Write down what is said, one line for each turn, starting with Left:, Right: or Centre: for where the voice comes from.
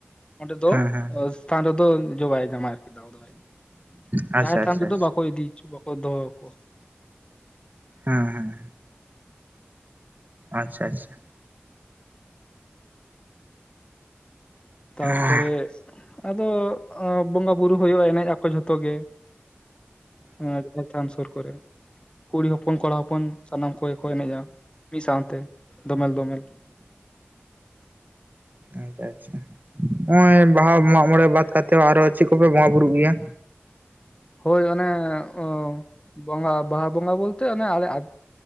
Left: ᱚᱸᱰᱮ ᱫᱚ
Right: ᱦᱮᱸ ᱦᱮᱸ
Left: ᱥᱛᱷᱟᱱ ᱨᱮᱫᱚ ᱤᱭᱟᱹ ᱵᱟᱭ ᱧᱟᱢᱟ ᱟᱨᱠᱤ ᱫᱟᱣ ᱫᱚ ᱵᱟᱭᱼᱼ
Right: ᱟᱪᱪᱷᱟ
Left: ᱡᱟᱦᱮᱨ ᱛᱷᱟᱱ
Right: ᱟᱪᱪᱷᱟ
Left: ᱡᱩᱫᱤ ᱵᱟᱠᱚ ᱤᱫᱤ ᱦᱚᱪᱚ ᱵᱟᱠᱚ ᱫᱚᱦᱚ ᱠᱚᱣᱟ᱾
Right: ᱦᱩᱸ ᱦᱩᱸ ᱟᱪᱪᱷᱟ ᱟᱪᱪᱷᱟ᱾
Left: ᱛᱟᱯᱚᱨᱮ
Right: ᱦᱮᱸ
Left: ᱟᱫᱚ ᱵᱚᱸᱜᱟ ᱵᱩᱨᱩ ᱦᱩᱭᱩᱜᱼᱟ ᱮᱱᱮᱡ ᱟᱠᱚ ᱡᱷᱚᱛᱚ ᱜᱮ᱾ ᱦᱮᱸ ᱡᱟᱦᱮᱨ ᱛᱷᱟᱱ ᱥᱩᱨ ᱠᱚᱨᱮ ᱠᱩᱲᱤ ᱦᱚᱯᱚᱱ ᱠᱚᱲᱟ ᱦᱚᱯᱚᱱ᱾ ᱥᱟᱱᱟᱢ ᱠᱚᱜᱮ ᱠᱚ ᱮᱱᱮᱡᱼᱟ ᱢᱤᱫ ᱥᱟᱶᱛᱮ ᱫᱚᱢᱮᱞ ᱫᱚᱢᱮᱞ᱾
Right: ᱟᱪᱪᱷᱟ ᱟᱪᱪᱷᱟ᱾ ᱱᱚᱜ-ᱚᱭ ᱵᱟᱦᱟ ᱢᱟᱜ ᱢᱚᱬᱮ ᱵᱟᱫ ᱠᱟᱛᱮᱫ ᱟᱨᱚ ᱪᱮᱫ ᱠᱚᱯᱮ ᱵᱚᱸᱜᱟ ᱵᱩᱨᱩᱜ ᱜᱮᱭᱟ?
Left: ᱦᱳᱭ ᱚᱱᱮ ᱚ ᱵᱚᱸᱜᱟ ᱵᱟᱦᱟ ᱵᱚᱸᱜᱟ ᱵᱚᱞᱛᱮ ᱚᱱᱮ ᱟᱞᱮ ᱟᱛᱼᱼ